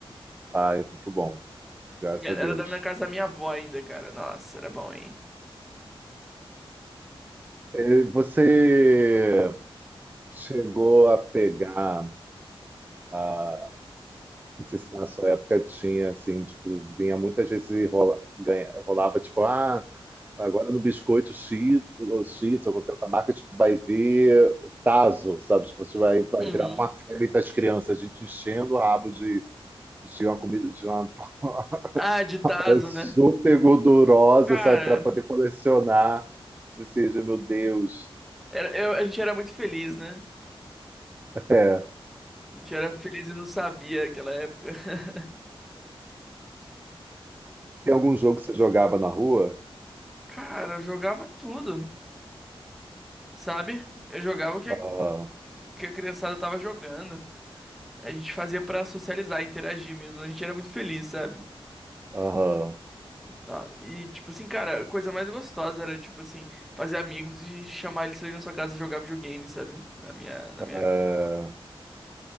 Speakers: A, on the right (about 20°); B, in the centre.
A: Ah, é muito bom, graças
B: Minha-
A: a
B: Era
A: Deus.
B: da minha casa da minha avó ainda, cara. Nossa, era bom, hein?
A: Eh, Você chegou a pegar a, não sei se na sua época tinha assim, tipo, vinha muitas vezes e rola, ganha- rolava tipo, ah, agora no biscoito Cheetos, ou Cheetos, ou qualquer outra marca, tipo, vai vir tazo, sabe? Tipo, você vai, vai
B: Uhum.
A: virar uma febre das crianças, a gente enchendo o rabo de, de uma comida, de uma <laughs>
B: Ah, de tazo,
A: parada super
B: né?
A: gordurosa,
B: Cara...
A: sabe, para poder colecionar. Tipo assim, meu Deus.
B: Era- eu- a gente era muito feliz, né?
A: É.
B: A gente era feliz e não sabia naquela época. <laughs>
A: Tem algum jogo que você jogava na rua?
B: Cara, eu jogava tudo, sabe? Eu jogava o que a,
A: Aham,
B: que a criançada tava jogando. A gente fazia pra socializar, interagir mesmo. A gente era muito feliz, sabe?
A: aham.
B: Nó- E, tipo assim, cara, a coisa mais gostosa era, tipo assim, fazer amigos e chamar eles pra ir na sua casa jogar videogame, sabe? Na minha, na
A: É,
B: minha época.